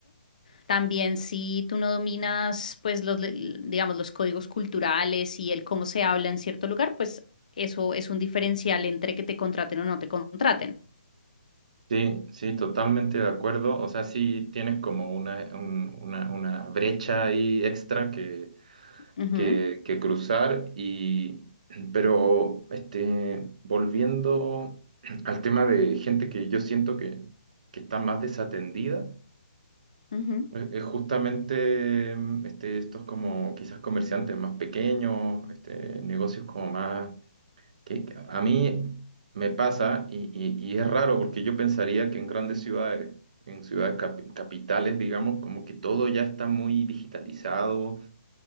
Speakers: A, on the left; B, on the right.
A: también si tú no dominas, pues, los, le- digamos, los códigos culturales y el cómo se habla en cierto lugar, pues eso es un diferencial entre que te contraten o no te contraten.
B: Sí, sí, totalmente de acuerdo. O sea, sí tienes como una, un- una, una brecha ahí extra que,
A: Ujú,
B: que, que cruzar y, pero, este, volviendo al tema de gente que yo siento que, que está más desatendida.
A: ujú,
B: Es es justamente mm, este, estos como quizás comerciantes más pequeños, este, negocios como más... que que a mí me pasa y, y- y es raro porque yo pensaría que en grandes ciudades, en ciudades capi- capitales, digamos, como que todo ya está muy digitalizado